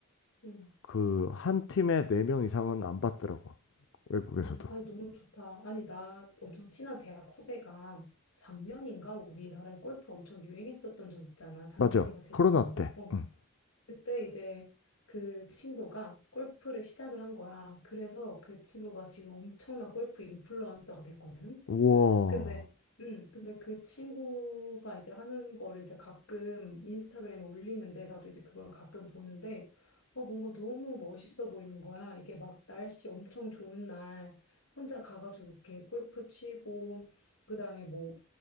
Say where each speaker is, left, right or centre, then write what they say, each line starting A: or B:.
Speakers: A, on the left; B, on the left.
A: 음.
B: 그, 한 팀에 네 명 이상은 안 받더라고. 외국에서도.
A: 어, 아니, 너무 좋다. 아니, 나 엄청 친한 대학 후배가 작년인가 우리나라에 골프 엄청 유행했었던 적 있잖아. 작년인가
B: 맞아.
A: 재작년인가?
B: 코로나 때.
A: 어.
B: 응.
A: 그때 이제 그 친구가 골프를 시작을 한 거야. 그래서 그 친구가 지금 엄청난 골프 인플루언서가 됐거든.
B: 우와.
A: 근데, 음, 근데 그 친구가 이제 하는 거를 이제 가끔 인스타그램에 올리는데, 나도 이제 그걸 가끔 보는데, 어, 뭔가 너무 멋있어 보이는 거야. 이게 막 날씨 엄청 좋은 날, 혼자 가가지고 이렇게 골프 치고, 그 다음에 뭐,